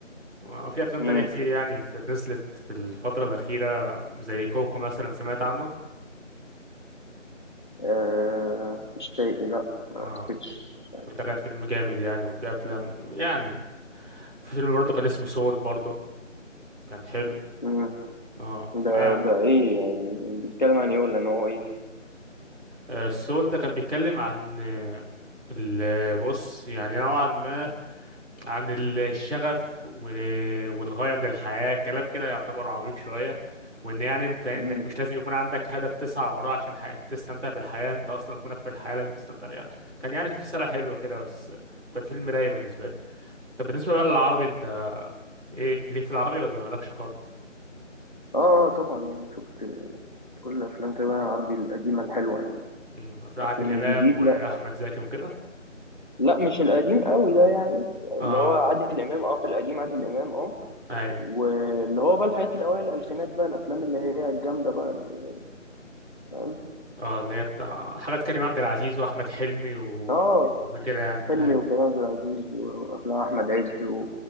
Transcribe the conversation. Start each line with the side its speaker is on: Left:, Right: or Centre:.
Right: وفي افلام
Left: مم.
Right: تانية كتير يعني في نزلت في الفتره الاخيره زي كوكو مثلا سمعت عنه
Left: آه مش فايق لأ ما
Right: اه
Left: أعتقدش مش عارف.
Right: ده كان فيلم جامد يعني وفي افلام يعني في فيلم برضه كان اسمه سول برضه كان حلو
Left: مم.
Right: اه
Left: ده
Right: ف-
Left: ده إيه يعني بيتكلم عن إيه ولا نوعه إيه؟
Right: آه، السول ده كان بيتكلم عن آه، ال- بص يعني نوعا ما عن الشغف و- والغاية من الحياة كلام كده يعتبر عميق شوية وان يعني انت انك
Left: مم.
Right: مش لازم يكون عندك هدف تسعى وراه عشان ح- تستمتع بالحياة انت اصلا كونك في الحياة لازم تستمتع بيها كان يعني في رسالة حلوة كده بس وكان فيلم رايق بالنسبة لي طب بالنسبة بقى للعربي انت ايه ليك في العربي ولا مالكش خالص
Left: آه آه، طبعا يعني شفت كل أفلام تقريبا العربي القديمة الحلوة يعني
Right: امم هتلاقي
Left: لكن
Right: عادل امام
Left: جديد
Right: واحمد
Left: لأ
Right: زكي وكده
Left: لا مش القديم قوي ده يعني
Right: اه
Left: اللي هو عادل امام اه في القديم عادل امام اه
Right: اي
Left: واللي هو بقى الحاجات الاوائل الالفينات بقى الافلام اللي هي الجامده بقى ال- فاهم
Right: اه اللي هي بتاع حاجات كريم عبد العزيز واحمد حلمي و-
Left: اه
Right: وكده يعني
Left: فيلمي
Right: اي
Left: وكريم عبد العزيز وافلام احمد عز و...